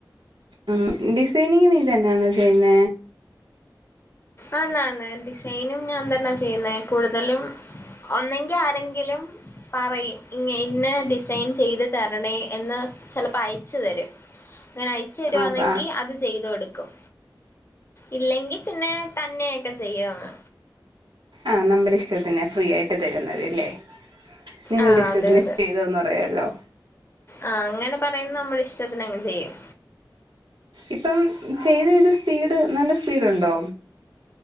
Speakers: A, on the right; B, on the left.
A: ഉം ഡിസൈനിങ് നീ തന്നെയാണോ ചെയ്യുന്ന
B: ആന്ന് ന്ന് ഡിസൈനും ഞാൻ തന്നെയ ചെയ്യുന്നേ കൂടുതലും ഒന്നെങ്കി ആരെങ്കിലും പറയും ഇ ഇന്ന ഡിസൈൻ ചെയ്ത് തരണേ എന്ന് ചിലപ്പോ അയച്ചു തരും അങ്ങനെ അയച്ചു തരുവാന്നെങ്കിൽ
A: ആ അപ്പ
B: അത് ചെയ്ത് കൊടുക്കും ഇല്ലെങ്കിൽ പിന്നെ തന്നെയൊക്കെ ചെയ്യാണ്
A: ആഹ് നമ്മടെ ഇഷ്ടത്തിന് ഫ്രീ ആയിട്ട് തരുന്നത് അല്ലേ നിങ്ങളുടെ
B: ആഹ്
A: ഇഷ്ടത്തിന്
B: അതെ അതെ
A: ചെയ്ത് തെരോ അറിയാലോ
B: ആഹ് അങ്ങനെ പറയുന്ന നമ്മുടെ ഇഷ്ടത്തിന് അങ് ചെയ്യും
A: ഇപ്പം ചെയ്ത് ചെയ്ത് സ്പീഡ് നല്ല സ്പീഡ ഉണ്ടോ